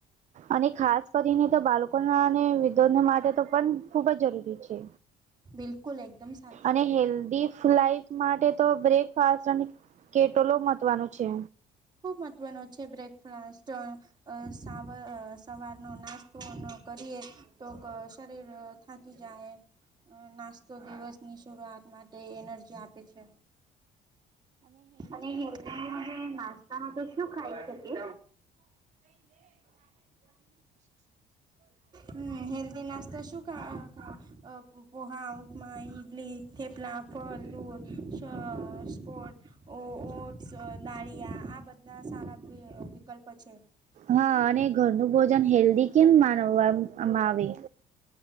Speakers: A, on the right (about 45°); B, on the right (about 25°).
A: અને ખાસ કરીને તો બાળકો ના અને વિદ્વા માટે તો પણ ખૂબ જ જરૂરી છે,
B: બિલકુલ એકદમ સાચું
A: અને હેલ્ધ લાઈફ માટે તો બ્રેકફાસ્ટ અને કેટોલો મવાનું છે.
B: ખૂબ મહત્વનો છે બ્રેકફાસ્ટ, સાવર સવારનો નાસ્તો. કરીએ, તો શરીર થાકી જાય, નાસ્તો દિવસ ની શરૂઆત માટે એનર્જી આપે છે. અને હેલ્ધ જે નાસ્તામાં તો શું ખાઈ શકે? હમ હલ્ નાસ્તા શું ખા અ પોહા ઉપમા ઈડલી થેપલા ફલ દૂધ સ સ્પોટ. ઓ ઓટ્સ નાળિયા આ બધા સારા વિકલ્પ છે.
A: હા અને ઘરનું ભોજન હેલ્ધી કેમ માનવામાં આવે?